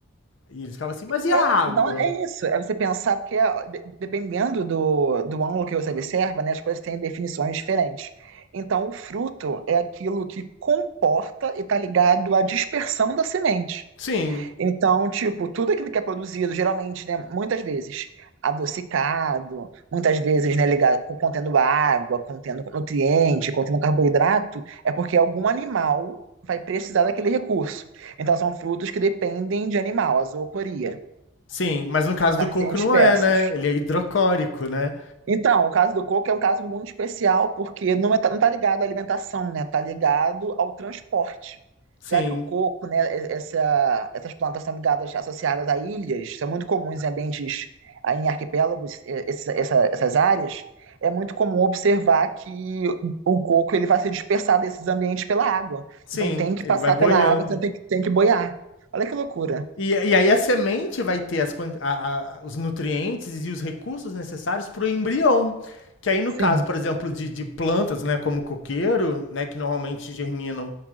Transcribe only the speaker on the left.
E eles ficavam assim, mas e
a água?
Sim,
sim. Mas no caso
do coco
não é, né? Ele é hidrocórico, né?
Sim,
sim.
Ele
vai boiando.
E, e aí a semente vai ter as a- a- os nutrientes e os recursos necessários para o embrião. Que aí, no
caso, por exemplo, de, de plantas, né, como o coqueiro, né, que normalmente germinam